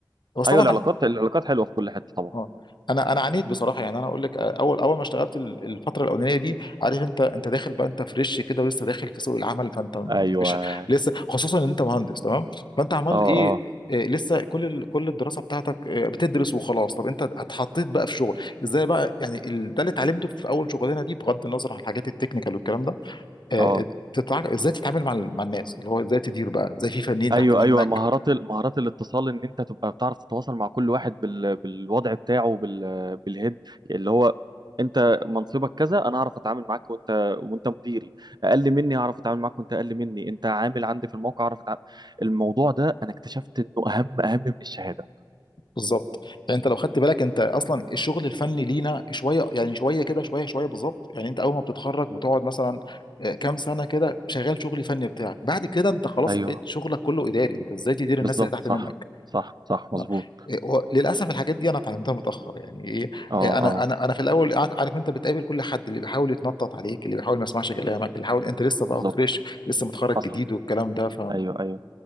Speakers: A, on the left; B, on the right.
A: بس
B: ايوه
A: طبعا
B: العلاقات العلاقات حلوة في كل حتة طبعا
A: اه انا انا عانيت بصراحه يعني انا اقول لك اول اول ما اشتغلت ال- الفتره الاولانيه دي عارف انت انت داخل بقى انت فريش كده ولسه داخل في سوق العمل فانت
B: ايوه
A: مش
B: اه
A: لسه خصوصا ان انت مهندس تمام فانت عمال
B: آه.
A: ايه إيه، لسه كل ال- كل الدراسه بتاعتك إيه، بتدرس وخلاص طب انت اتحطيت بقى في شغل ازاي بقى يعني ال- ده اللي اتعلمته في اول شغلانه دي بغض النظر عن الحاجات التكنيكال والكلام ده آه،
B: اه
A: تتع- ازاي تتعامل مع ال- مع الناس اللي هو ازاي تدير بقى ازاي في فنيين
B: ايوه
A: تحت منك
B: ايوه مهارات ال- مهارات الاتصال ان انت تبقى بتعرف تتواصل مع كل واحد بال... بالوضع بتاعه بال... بالهيد اللي هو انت منصبك كذا انا هعرف اتعامل معاك وانت وانت مديري اقل مني هعرف اتعامل معاك وانت اقل مني انت عامل عندي في الموقع هعرف اتعامل الموضوع ده انا اكتشفت انه اهم اهم من الشهادة
A: بالظبط يعني انت لو خدت بالك انت اصلا الشغل الفني لينا شويه يعني شويه كده شويه شويه بالظبط يعني انت اول ما بتتخرج بتقعد مثلا آه، كام سنه كده شغال شغل فني بتاعك بعد كده انت خلاص
B: ايوه
A: بقيت شغلك كله اداري انت ازاي تدير الناس
B: بالظبط
A: اللي تحت
B: صح
A: منك
B: صح صح
A: نعم.
B: مظبوط
A: إيه، هو للاسف الحاجات دي انا اتعلمتها متاخر يعني ايه
B: اه
A: إيه، انا
B: اه
A: انا انا في الاول قاعد- عارف انت بتقابل كل حد اللي بيحاول يتنطط عليك اللي بيحاول ما يسمعش كلامك اللي بيحاول انت لسه بقى
B: بالظبط
A: فريش لسه متخرج
B: حصل
A: جديد والكلام ده ف
B: ايوه ايوه